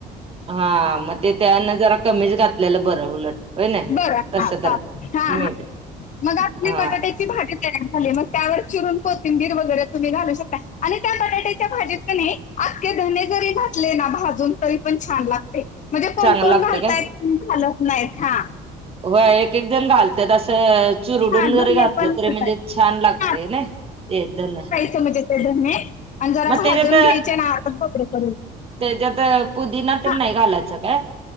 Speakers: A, on the right; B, on the left.
A: हा मग ते त्यान जरा कमीच घातलेलं बरं उलट होय ना
B: बर
A: तस
B: हा
A: तर
B: हा हा
A: मीठ
B: मग
A: हा
B: प भाजी तयार झाली मग त्यावर चिरून कोथिंबीर वगैरे तुम्ही घालू शकता आणि त्या बटाट्याच्या भाजीत का नाही अखखे धने जरी घातले ना भाजून तरी पण छान लागते म्हणजे कोण
A: चांगलं
B: कोण
A: लागते
B: घालताय
A: काय
B: घालत नाहीत हा
A: हो एक एक जण घालत तसं चुरडून
B: हा
A: जर
B: धने
A: घातलं
B: पण घालतायत
A: तरी म्हणजे छान लागत ना ते धन
B: जे आणि जरा
A: मग
B: भाजून
A: त्याच्यात
B: घ्यायचे ना आ बडे करून
A: त्याच्यात पुदीना तर
B: हा
A: नाही घालायचं काय